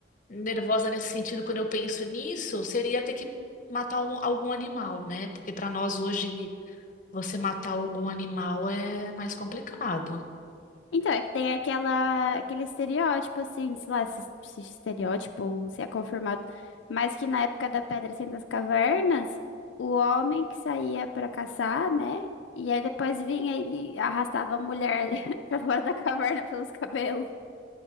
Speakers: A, on the left; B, on the left.
A: nervosa nesse sentido quando eu penso nisso, seria ter que matar um- algum animal, né? Porque para nós hoje você matar algum animal é mais complicado.
B: Então, é que tem aquela, aquele estereótipo, assim, sei lá, se, se estereótipo, ou se é confirmado, mas que na época da Pedra sem das Cavernas, o homem que saía pra caçar, né? E aí depois vinha e arrastava a mulher <laughs> pra fora da caverna pelos cabelos.